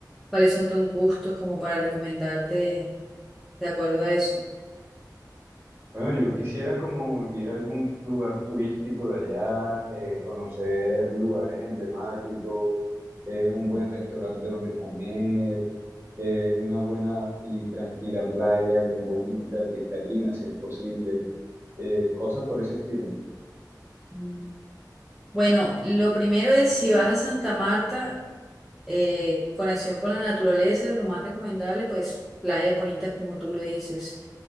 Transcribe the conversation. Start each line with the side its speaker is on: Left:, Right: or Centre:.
Centre: cuáles son tus gustos como para recomendarte de acuerdo a eso.
Right: Bueno, yo quisiera como ir a algún lugar turístico de allá, eh, conocer lugares emblemáticos, eh, un buen restaurante donde comer, eh, una buena y tranquila playa, bien bonita, cristalina, si es posible, eh, cosas por ese estilo.
Centre: Mm. Bueno, lo primero es si vas a Santa Marta, eh, conexión con la naturaleza, lo más recomendable, pues playas bonitas como tú lo dices.